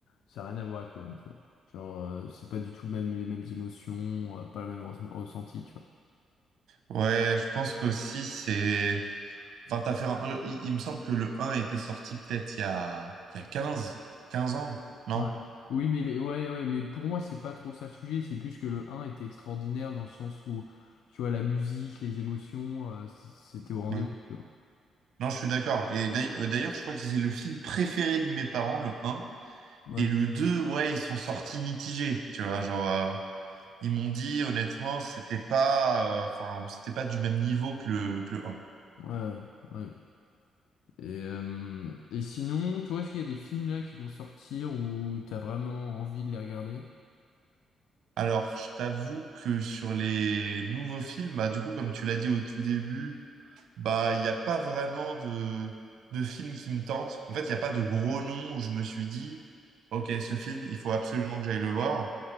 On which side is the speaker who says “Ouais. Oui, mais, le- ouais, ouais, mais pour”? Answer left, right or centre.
Left